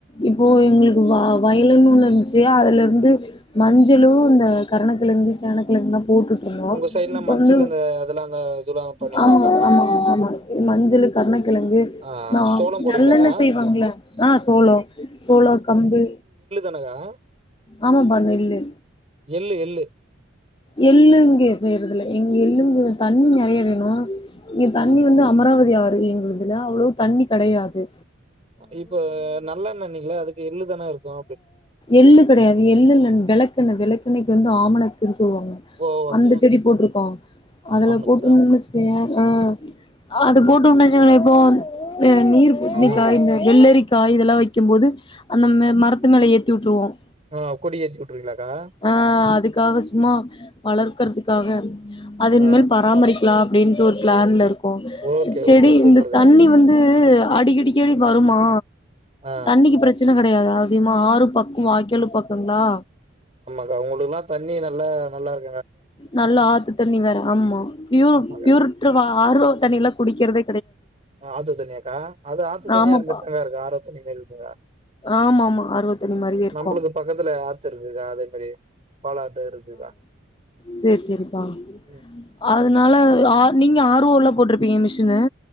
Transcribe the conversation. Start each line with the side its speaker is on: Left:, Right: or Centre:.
Left: இப்போ எங்களுக்கு வ வயலுன்னு ஒன்னு இருன்ச்சு அதுல ருந்து மஞ்சளும் இந்த கரணக்கிழங்கி சேனக்கிழங்குல்லாம் போட்டுட்டு இருந்தோம்
Right: உங்க சைட்லா மஞ்சள்
Left: வந்து
Right: இந்த அதெல்லா அந்த இதுல்லா பண்ணுவீங்களாக்கா
Left: ஆமா
Right: மஞ்
Left: ஆமா ஆமா மஞ்சள் கருணக்கிழங்கு
Right: ஆ
Left: நான்
Right: சோளம் போடுவீங்களாக்கா
Left: நல்லென்ன செய்வாங்களன் ஆ சோளம் சோளம் கம்பு
Right: க
Left: ஆமாப்ப நெல்லு
Right: எள்ளு எள்ளு
Left: எள்ளுங்கே செய்யறதுல எங்க எள்ளுங்க தண்ணி நிறைய வேணும் இங்க தண்ணி
Right: ஆ
Left: வந்து அமராவதி ஆறு எங்க இதுல அவ்வளவு தண்ணி கடையாது
Right: இப்ப நல்லண்ண நீங்கள அதுக்கு எள்ளுதானே இருக்கும் அப்பட
Left: எள்ளு கிடையாது எள்ளு விளக்கண்ண விளக்கெண்ணக்கு வந்து ஆமணக்கு சொவாங்க
Right: ஓ ஓகே
Left: அந்த
Right: ஓகே
Left: செடி போட்ருக்கோம் அதுல
Right: ஆமனுக்கு
Left: போட்டிருந்தச்சுன்
Right: ஆ
Left: வச்சிக்கயே ஆ அது போட்டு உனச்சங்களன் இப்போ நீர் பூசணிக்கா
Right: ஆமாங்கா
Left: வெள்ளரி காய் இதெல்லாம் வைக்கும் போது அந்த மரத்து மேல ஏத்தி விட்ருவோம்
Right: ஆ கொடி எச்சுிடடுறீங்களாக்கா
Left: அ அதுக்காக சும்மா வளர்க்கிறதுக்காக அதன்மல்
Right: ஆ
Left: பராமரிக்க லா அப்படின்ட்டு ஒரு பிளான்ல இருக்கு
Right: ஓகே
Left: செடி
Right: ஓகே சூப்பர்க்கா
Left: இந்த தண்ணி வந்து அடிக்கடிக்கடி வருமா
Right: ஆ
Left: தண்ணிக்கு பிரச்சனை கிடையாது அதிகமா ஆறு பக்கம் வாய்க்காலு பக்கங்களா
Right: அவங்களுக்குெல்லாம் தண்ணி நல்லா நல்லா இரு
Left: நல்லா ஆத்து தண்ணி வேற ஆமா பூ
Right: ஆமாக்கா
Left: பியூரட ஆரவ் தண்ணில குடிக்கிறது
Right: ஆ ஆத்து தண்ணியாக்கா அது ஆத்து தண்ணியா
Left: ஆமாப்பா
Right: அது மாரி தான் இருக்கும் ஆரோ தண்ணி மாரி இருக்குங்கா
Left: ஆமா ஆமா ஆர் ஓ தண்ணி மாரியே இருக்கு
Right: நம்மளுக்கு பக்கத்துல ஆத்து இருக்குக்கா அதே மாரி பழ அ பே இருக்குக்கா
Left: சரி சரிப்பா அத
Right: ம்.
Left: அதனால நீங்க ஆர் ஓ ல போட்ருப்பீங்க மிஷின்ு